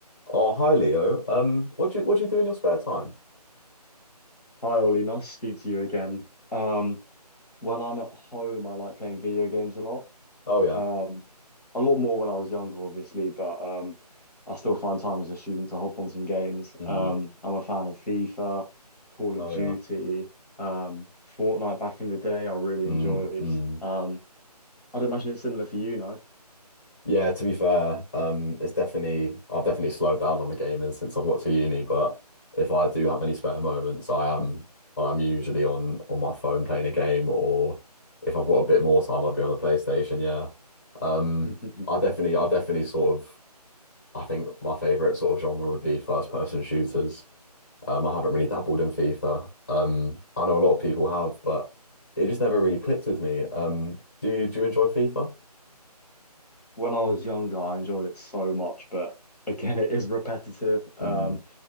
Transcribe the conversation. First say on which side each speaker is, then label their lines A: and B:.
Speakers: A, on the left (about 25°); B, in the centre.
A: Oh, hi Leo. Um, what do you what do you do in your spare time?
B: Hi Ollie, nice to speak to you again. Um, when I'm at home, I like playing video games a lot.
A: Oh yeah.
B: Um, a lot more when I was younger, obviously, but um, I still find time as a student to hop on some games.
A: Mm.
B: Um, I'm a fan of FIFA, Call of
A: Oh
B: Duty,
A: yeah.
B: um, Fortnite back in the day, I really
A: Mm.
B: enjoyed.
A: Mm.
B: Um, I'd imagine it's similar for you, no?
A: Yeah, to be fair, um, it's definitely I've definitely slowed down on the gaming since I've got to uni, but if I do have any spare moments, I am I'm usually on on my phone playing a game or if I've got a bit more time, I'll be on the PlayStation, yeah. Um,
B: <laughs>
A: I definitely I definitely sort of I think my favorite sort of genre would be first person shooters. Um, I haven't really dabbled in FIFA. Um, I know a lot of people have, but it just never really clicked with me. Um, do you do you enjoy FIFA?
B: When I was younger, I enjoyed it so much, but again, it is repetitive. Um,
A: Mm,